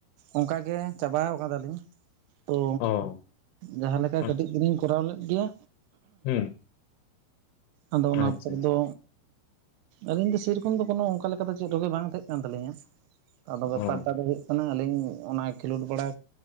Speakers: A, on the right; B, on the left.
A: ᱚᱝᱠᱟ ᱜᱮ ᱪᱟᱵᱟᱣ ᱠᱟᱫᱟ ᱞᱤᱧ ᱛᱚ
B: ᱚ
A: ᱡᱟᱸᱦᱟ ᱞᱮᱠᱟ
B: ᱟᱪᱪᱷᱟ
A: ᱠᱟᱹᱴᱤᱡ
B: ᱟᱪᱪᱷᱟ
A: ᱜᱮᱞᱤᱧ᱾ ᱠᱚᱨᱟᱣ ᱞᱮᱫ ᱜᱮᱭᱟ᱾
B: ᱦᱩᱸ
A: ᱟᱫᱚ ᱚᱱᱟ
B: ᱟᱪᱪᱷᱟ
A: ᱯᱚᱨ
B: ᱟᱪᱪᱷᱟ
A: ᱫᱚ ᱟᱹᱞᱤᱧ ᱫᱚ ᱥᱮ ᱨᱚᱠᱚᱢ ᱫᱚ ᱠᱚᱱᱚ ᱚᱱᱠᱟ ᱞᱮᱠᱟ ᱫᱚ ᱪᱮᱫ ᱦᱚ ᱜᱮ ᱵᱟᱝ ᱛᱮ ᱠᱟᱱ ᱛᱟᱹᱟᱞᱤᱧᱟ ᱟᱫᱚ ᱵᱮᱯᱟᱨᱴᱟ
B: ᱚ
A: ᱫᱚ ᱦᱩᱭᱩᱜ ᱠᱟᱱᱟ ᱟᱹᱞᱤᱧ ᱚᱱᱟ ᱠᱷᱮᱞᱳᱰ ᱵᱟᱲᱟ